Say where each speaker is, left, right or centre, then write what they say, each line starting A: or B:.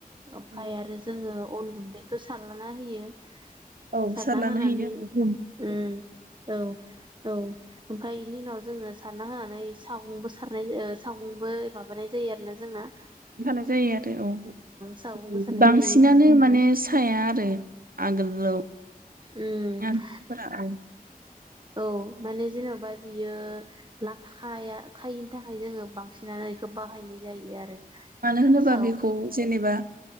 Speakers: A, on the right; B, on the right.
A: ओमफ्राय
B: औ
A: आरो जोङो अन गुन्दैखौ सारलाना होयो।
B: औ
A: सारना
B: सारनानै
A: होनानै
B: होयो
A: उम औ औ ओमफ्राय बेनि उनाव जोङो सारना होनानै सागंबो सारनाय सागंबो माबानाय जायो आरोना जोंहा।
B: सानाय जायो आरो औ।
A: सागंबो सारनाय
B: बांसिनानो
A: जायो
B: माने साया आरो आगोल। औ
A: उम
B: मानसिफोरा औ
A: औ माने जेनबा बियो लाथा खायिनि थाखाय जोङो बांसिनानो बेखौ बाहायनाय जायो आरो।
B: मानो होनोबा
A: साव
B: बेखौ जेनेबा